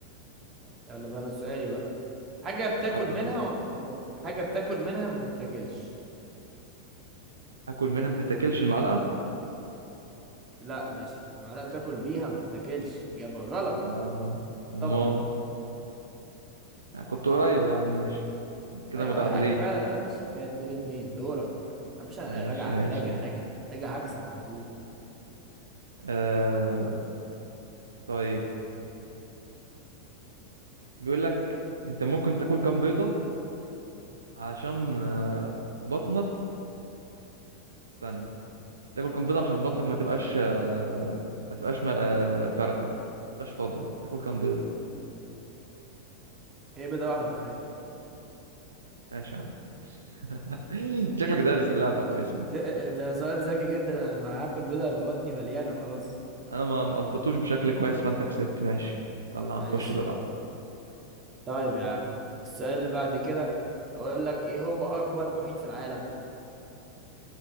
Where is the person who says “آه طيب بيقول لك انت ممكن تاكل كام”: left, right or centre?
Right